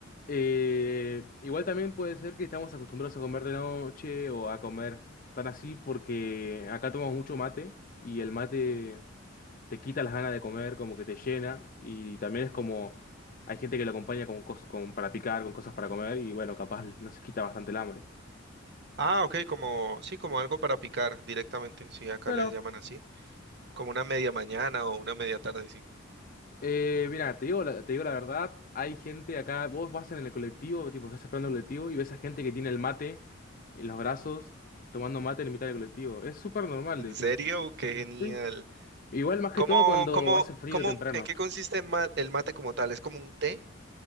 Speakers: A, on the left; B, on the right.
A: Eh, igual también puede ser que estamos acostumbrados a comer de noche o a comer tan así porque acá tomamos mucho mate y el mate te quita las ganas de comer, como que te llena. Y también es como, hay gente que lo acompaña con cosas para picar, con cosas para comer, y bueno, capaz nos quita bastante el hambre.
B: Ah, ok, como, sí, como algo para picar directamente, sí, acá
A: Claro,
B: les llaman así, como una media mañana o una media tarde, sí.
A: eh, mira, te digo, la- te digo la verdad, hay gente acá, vos vas en el colectivo, tipo, estás esperando el colectivo y ves a gente que tiene el mate en los brazos, tomando mate en mitad del colectivo. Es súper normal,
B: ¿En
A: de hecho.
B: serio? ¡Qué genial!
A: Sí, sí. sí. Igual más
B: ¿Cómo,
A: que todo cuando
B: cómo,
A: hace frío
B: cómo,
A: temprano.
B: en qué consiste ma- el mate como tal? ¿Es como un té?